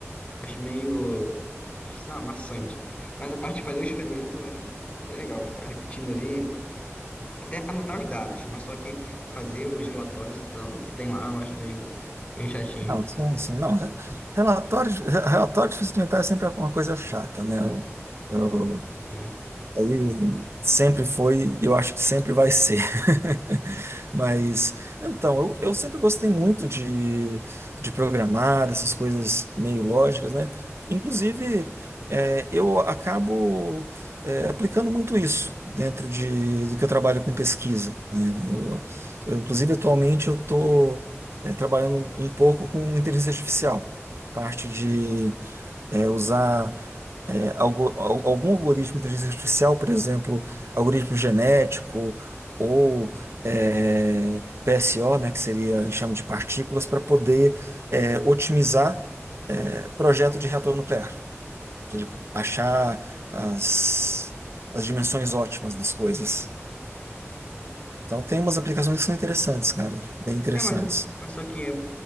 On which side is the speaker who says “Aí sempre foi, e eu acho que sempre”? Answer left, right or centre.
Right